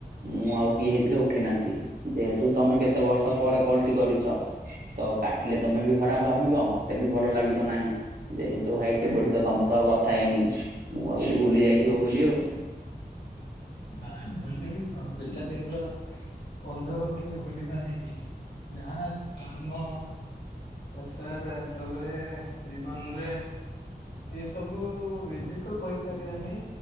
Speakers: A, on the right; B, on the left.
A: ମୁଁ ଆଉ କିଏ ହେଇଥିଲେ ଉଠେଇ ନାହାନ୍ତି ଯେହେତୁ ତମେ କେତେ ବର୍ଷ ପରେ କଲଟି କରିଛ ତ କାଟିଲେ ତମେ ବି ଖରାପ ଭାବିବ ମତେ ବି ଭଲ ଲାଗିବ ନାହିଁ ଯେହେତୁ ଭାଇ କେବେଠୁ ତ ତମ ସହ କଥା ହେଇନି ମୁଁ ଭାବିଲି ଭୁଲି ଯାଇଥିବ ବୋଲି ଆଉ
B: ନାଇଁ ଭୁଲିବି କଣ ପିଲା ଦିନର ବନ୍ଧୁ କିଏ ଭୁଲିପାରେ ହିଁ ଯାହା କାମ ସାର ଏସବୁରେ ଜୀବନରେ ଏ ସବୁ ବିଜି ତ କହି କରିବାନି